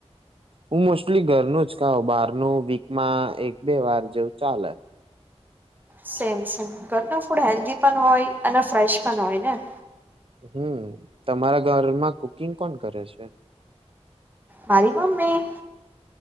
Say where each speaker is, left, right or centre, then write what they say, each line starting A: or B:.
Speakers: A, on the right; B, on the right.
A: હું મોસ્ટલી ઘરનું જ કહઉ બાર ન વીકમાં એક બે વાર જેવું ચાલે
B: સેમ સેમ ઘર ન ફૂડ હેલ્ધી પણ હોય અને ફ્રેશ પણ હોય ને
A: હમ તમારા ઘરમાં કુકિંગ કોણ કરે છે.
B: મારી મમ્મી